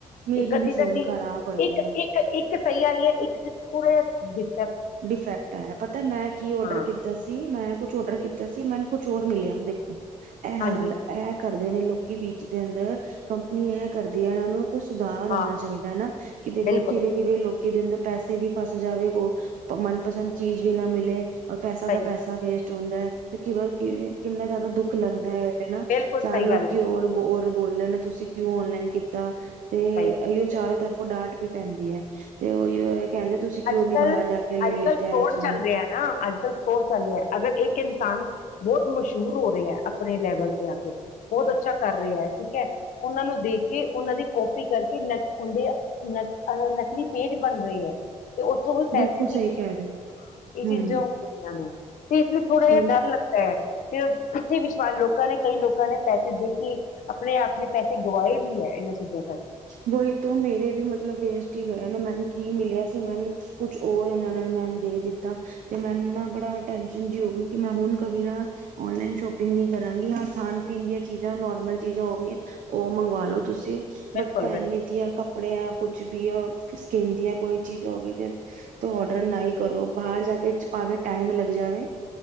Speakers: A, on the right; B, on the left.
A: ਮੇਰੀ
B: ਇੱਕ ਅੱਧੀ
A: ਵੀ ਸੇਮ
B: ਤਾਂ ਕੀ
A: ਖ਼ਰਾਬ ਹੋਈ
B: ਇੱਕ
A: ਹੈ
B: ਇੱਕ ਇੱਕ, ਇੱਕ ਸਹੀ ਆਈ ਹੈ ਇੱਕ ਚ ਥੋੜਾ ਜਿਹਾ ਦਿੱ
A: ਡਿਫੈਕਟ ਆਇਆ ਪਤਾ ਮੈਂ ਕੀ ਔਡਰ
B: ਹਾਂ
A: ਕੀਤਾ ਸੀ ਮੈਂ ਕੁਛ ਔਡਰ ਕੀਤਾ ਸੀ ਮੈਨੂੰ ਕੁਛ ਹੋਰ ਮਿਲਿਆ ਦੇਖੋ। ਇਹ
B: ਹਾਂਜੀ
A: ਹਾਲ ਇਹ ਕਰਦੇ ਨੇ ਲੋਕੀ ਬ ਜਿਹਦੇ ਅੰਦਰ ਕੰਪਨੀ ਇਹ ਕਰਦੀ ਹੈ ਇਹਨਾਂ ਨੂੰ ਸੁਧਾਰ ਹੋਣਾ
B: ਹਾਂ
A: ਚਾਹੀਦਾ ਹਨਾ ਕਿ ਦੇਖੋ
B: ਬਿਲਕੁਲ
A: ਕਿਵੇਂ ਕਿਵੇਂ ਲੋਕ ਕੀ ਦੇ ਅੰਦਰ ਪੈਸੇ ਵੀ ਫਸ ਜਾਵੇ ਤਾਂ ਮਨਪਸੰਦ ਚੀਜ਼ ਵੀ ਨਾ ਮਿਲੇ। ਔਰ ਪੈਸਾ ਦਾ
B: ਸਹੀ
A: ਪੈਸਾ
B: ਗੱਲ
A: ਵੇਸਟ। <unintelligible> ਾਹੁੰਦਾ ਹੈ ਤੇ ਕਿ ਕਿੰਨਾ ਜ਼ਿਆਦਾ ਦੁੱਖ ਲੱਗਦਾ ਹੈ ਇਹ ਨਾ
B: ਬਿਲਕੁਲ
A: ਚਾਰ
B: ਸਹੀ
A: ਲੋਕੀ
B: ਗੱਲ
A: ਹੋਰ ਬੋਲ ਬੋਲਦੇ ਨਾ ਤੁਸੀਂ ਕਿਉਂ ਆਨਲਾਈਨ ਕੀਤਾ। ਤੇ
B: ਸਹੀ ਗੱਲ
A: ਇਹਿਓ ਚਾਰੋ ਤਰਫ ਪੁਲਾਟ ਵੀ ਪੈਂਦੀ ਹੈ ਤੇ ਉਹੀ ਕਹਿੰਦੇ ਤੁਸੀਂ ਕਿਉਂ
B: ਅੱਜ
A: ਨੀ
B: ਕੱਲ
A: ਬਾਹਰ ਜਾ ਕੇ ਲੈ
B: ਅੱਜ
A: ਲਿੱਤੇ
B: ਕੱਲ੍ਹ
A: ਹੈ
B: ਫੋਰਡ
A: ਚੀਜ਼
B: ਚੱਲ
A: ਨੂੰ
B: ਰਿਹਾ ਨਾ ਅੱਜ ਕੱਲ੍ਹ ਫੋਰ ਚੱਲ ਰਿਹਾ ਅਗਰ ਇੱਕ ਇਨਸਾਨ ਬਹੁਤ ਮਸ਼ਹੂਰ ਹੋ ਰਿਹਾ ਹੈ ਆਪਣੇ ਲੈਵਲ ਤੇ ਆ ਕੇ ਬਹੁਤ ਅੱਛਾ ਕਰ ਰਿਹਾ ਹੈ ਠੀਕ ਹੈ ਉਹਨਾਂ ਨੂੰ ਦੇਖ ਕੇ ਉਹਨਾਂ ਦੀ ਕੋਪੀ ਕਰਕੇ ਨ ਉਹਦੇ ਨ ਅਹ ਨਕਲੀ ਪੇਜ ਬਣ ਰਹੇ ਹੈ ਤੇ ਉੱਥੋਂ ਕੋਈ ਪੈਸੇ
A: ਬਿਲਕੁਲ
B: ਦੀ ਹੈ
A: ਸਹੀ ਕਹਿ ਰਹੇ ਹੋ
B: ਇਹ ਚੀਜ਼ਾਂ
A: ਹਮ
B: ਗਦੀਆਂ ਨੇ ਤੇ ਇਸ ਲਈ ਥੋੜਾ
A: ਉਹੀ
B: ਜ ਡਰ ਲਗਦਾ ਹੈ ਫਿਰ ਕਿੱਥੇ ਵਿਸ਼ਵਾਸ ਲੋਕਾਂ ਨੇ ਕਈ ਲੋਕਾਂ ਨੇ ਪੈਸੇ ਦੇ ਕੇ ਆਪਣੇ ਆਪ ਨੇ ਪੈਸੇ ਗਵਾਏ ਵੀ ਹੈ ਇਹਨਾਂ ਚੀਜ਼ਾਂ ਚ
A: ਵਹੀ ਤੋਂ ਮੇਰੇ ਵੀ ਮਤਲਬ ਵੇਸਟ ਗਏ ਨੇ ਮੈਨੂੰ ਕੀ ਮਿਲਿਆ ਸੀ ਮੈਨ ਕੁਛ ਹੋਰ ਇਹਨਾਂ ਮੈਨੂੰ ਦੇ ਦਿੱਤਾ ਤੇ ਮੈਨੂੰ ਨਾ ਬੜਾ ਟੈਨਸ਼ਨ ਜਿ ਹੋਗੀ ਕਿ ਮੈਂ ਹੁਣ ਕਬੀ ਨਾ ਨਲਾਈਨ ਸ਼ੋਪਿੰਗ ਨੀ ਕਰਾਂਗੀ ਹਾਂ ਖਾਣ ਪੀਣ ਦੀਆਂ ਚੀਜ਼ਾਂ ਨੋਰਮਲ ਚੀਜ਼ਾਂ ਹੋ ਗ ਉਹ ਮੰਗਵਾਾਲੋ ਤੁਸੀਂ
B: ਬਿਲਕੁਲ
A: ਬਟ ਪੈਨ
B: ਬਿਲਕੁਲ
A: ਨੇ ਦੀਆ ਕੱਪੜਿਆਂ ਕੁਛ ਵੀ ਆ ਸਕਿੰਨ ਦੀ ਹੈ ਕੋਈ ਚੀਜ਼ ਹੋ ਗਈ ਤੇ ਤ ਔਡਰ ਨਾ ਹੀ ਕਰੋ ਬਾਹਰ ਜਾ ਕੇ ਭਾਵੇਂ ਟਾਈਮ ਲ ਜਾਵੇ